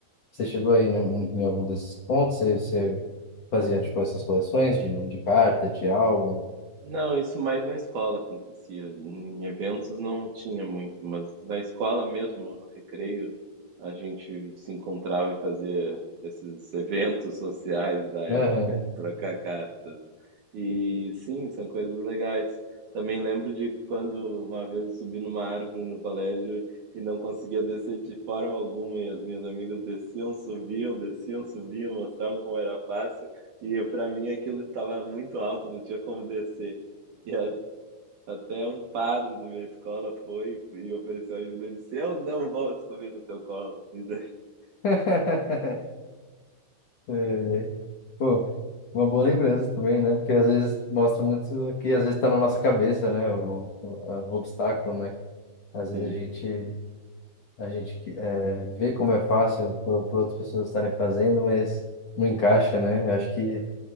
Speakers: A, on the left; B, on the right.
A: Você chegou aí em, em algum desses pontos? Você, você fazia, tipo, essas coleções de, de carta, de álbum?
B: Não, isso mais na escola acontecia. Em eventos não tinha muito, mas na escola mesmo, no recreio, a gente se encontrava e fazia esses eventos sociais da época,
A: Aham.
B: de trocar cartas. E sim, são coisas legais. Também lembro de quando uma vez eu subi numa árvore no colégio e não conseguia descer de forma alguma, e as minhas amigas desciam, subiam, desciam, subiam, mostravam como era fácil, e para mim aquilo estava muito alto, não tinha como descer. E a- até um padre da minha escola foi e ofereceu ajuda e disse: Eu não vou subir no teu colo. E daí,
A: <laughs> É, é. pô, uma boa lembrança também, né? Porque às vezes mostra muito que às vezes está na nossa cabeça, né? O, o, a- o obstáculo, né? Às vezes
B: sim,
A: a gente, a gente que- é, vê como é fácil para outras pessoas estarem fazendo, mas não encaixa, né? Acho que